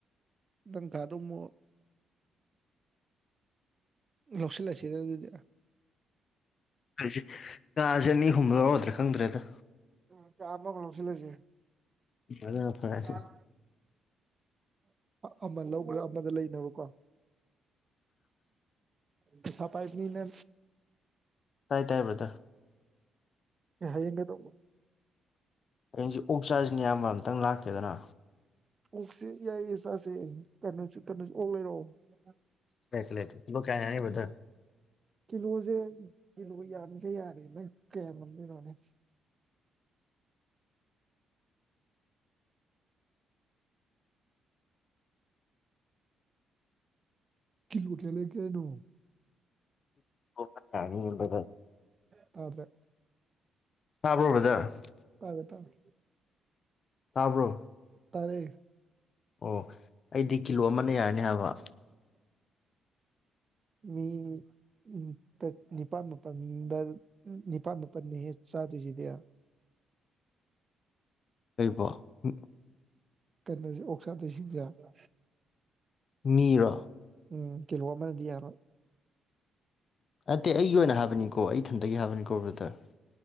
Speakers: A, on the right; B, on the left.
A: ꯅꯪ ꯊꯥꯗꯣ ꯑꯃꯨꯛ ꯂꯧꯁꯤꯜꯂꯁꯤꯅ ꯑꯗꯨꯗꯤ
B: ꯑꯩꯁꯦ ꯀꯥꯁꯦ ꯑꯅꯤꯍꯨꯝ ꯂꯧꯔꯗ꯭ꯔꯥ ꯈꯪꯗ꯭ꯔꯦꯗ
A: ꯎꯨꯝ ꯀꯥ ꯑꯃꯃꯨꯛ ꯂꯧꯖꯤꯜꯂꯁꯤ
B: ꯑꯗꯨꯅ ꯐꯔꯅꯤ
A: ꯆꯥꯛ ꯑꯃ ꯂꯧꯒ꯭ꯔꯦ ꯑꯃꯗꯤ ꯂꯩꯅꯕ ꯀꯣ ꯄꯩꯁꯥ ꯄꯥꯏꯕꯅꯤꯅ
B: ꯇꯥꯏ-ꯇꯥꯏ ꯕꯔꯗꯔ
A: ꯑꯦ ꯍꯩꯖꯤꯟꯒꯗꯧꯅꯤ
B: ꯍꯌꯦꯡꯁꯤ ꯑꯣꯛ ꯆꯥꯁꯤꯅ ꯏꯌꯥꯝꯕ ꯑꯝꯇꯪ ꯂꯥꯛꯀꯦꯗꯅ
A: ꯑꯣꯛꯁꯦ ꯌꯥꯏꯌꯦ ꯆꯥꯁꯦ ꯀꯩꯅꯣꯁꯨ ꯀꯩꯅꯣ ꯑꯣꯛ ꯂꯩꯔꯛꯑꯣ
B: ꯂꯩꯔꯛꯀꯦ ꯀꯤꯂꯣ ꯀꯌꯥ ꯌꯥꯅꯤ ꯕꯗꯔ
A: ꯀꯤꯂꯣꯁꯦ ꯌꯥꯝꯃꯤꯈꯩ ꯌꯥꯔꯦ ꯅꯪ ꯀꯌꯥ ꯉꯝꯗꯣꯏꯅꯣꯅꯦ ꯀꯤꯂꯣ ꯀꯌꯥ ꯂꯩꯔꯛꯇꯣꯏꯅꯣ
B: ꯍꯨꯝꯅ ꯌꯥꯅꯤ ꯕꯗꯔ
A: ꯇꯥꯗ꯭ꯔꯦ
B: ꯂꯣ-ꯕꯗꯔ
A: ꯇꯥꯔꯦ ꯇꯥꯔꯦ
B: ꯇꯕ꯭ꯔꯣ
A: ꯇꯥꯏꯌꯦ
B: ꯑꯣ ꯑꯩꯗꯤ ꯀꯤꯂꯣ ꯑꯃꯅ ꯌꯥꯔꯅꯤ ꯍꯥꯏꯕ
A: ꯃꯤ ꯎꯝ ꯇꯦ-ꯅꯤꯄꯥꯥꯟ ꯃꯥꯄꯟꯗ ꯅꯤꯄꯥꯥꯟ ꯃꯥꯄꯟꯅꯤꯍꯦ ꯆꯥꯗꯣꯏꯁꯤꯗꯤ
B: <unintelligible>
A: ꯀꯩꯅꯣꯁꯦ ꯑꯣꯛ ꯆꯥꯗꫭꯏꯁꯤꯡ ꯁꯤꯡꯁꯦ
B: ꯃꯤꯔꯣ
A: ꯎꯝ ꯀꯤꯂꯣ ꯑꯃꯅꯗꯤ ꯌꯥꯔꯣꯏ
B: ꯅꯠꯇꯦ ꯑꯩꯒꯤ ꯑꯣꯏꯅ ꯍꯥꯏꯕꯅꯤꯀꯣ ꯑꯩ ꯏꯊꯟꯗꯒꯤ ꯍꯥꯏꯕꯅꯤꯀꯣ ꯕ꯭ꯔꯗꯔ